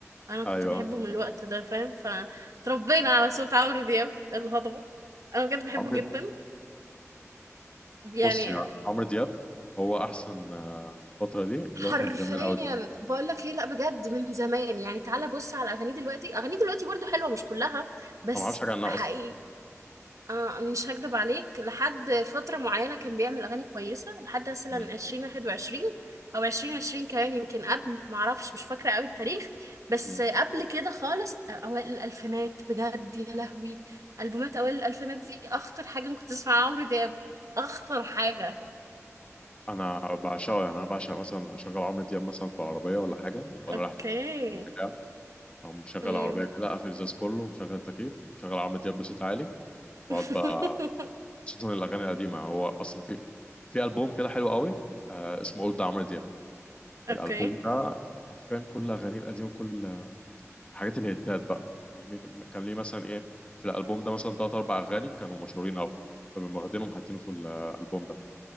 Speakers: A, on the right; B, on the left.
A: انا كنت
B: ايوه
A: بحبه من الوقت ده فاهم فتربينا على صوت عمرو دياب الهضبة انا بجد بحبه
B: عمرو
A: جدا يعني
B: بص يا عمرو دياب هو احسن آه، فتره ليه اللي
A: حرفيا
B: هو كانت زمان قوي دي
A: بقول لك ايه لا بجد من زمان يعني تعالى بص على اغانيه دلوقتي اغانيه دلوقتي برضو حلوة مش كلها بس
B: انا ما اعرفش حاجه عنها
A: حقيقي
B: اصلا
A: آه مش هكدب عليك لحد فترة معينة كان بيعمل أغاني كويسة لحد مثلا
B: مم.
A: عشرين واحد وعشرين أو عشرين عشرين كمان يمكن قبل معرفش مش فاكرة قوي التاريخ بس
B: مم.
A: قبل كده خالص أوائل الألفينات بجد يا لهوي ألبومات أوائل الألفينات دي أخطر حاجة ممكن تسمعها عمرو دياب أخطر حاجة
B: انا بعشقه يعني انا بعشق مثلا اشغل عمرو دياب مثلا في العربيه ولا حاجه وانا
A: أوكي
B: رايح البتاع او مشغل
A: مم.
B: العربيه كده اقفل الازاز كله ومشغل التكييف مشغل عمرو دياب بصوت عالي واقعد
A: <laughs>
B: بقى خصوصا الاغاني القديمه هو اصلا في في البوم كده حلو قوي آه اسمه اولد عمرو دياب
A: اوكي
B: الالبوم ده حرفيا كل اغانيه القديمه كل الحاجات الهيتات بقى الميك- كان ليه مثلا ايه في الالبوم ده مثلا ثلاث اربع اغاني كانوا مشهورين قوي فبيقوم واخدينهم حاطينه في الالبوم ده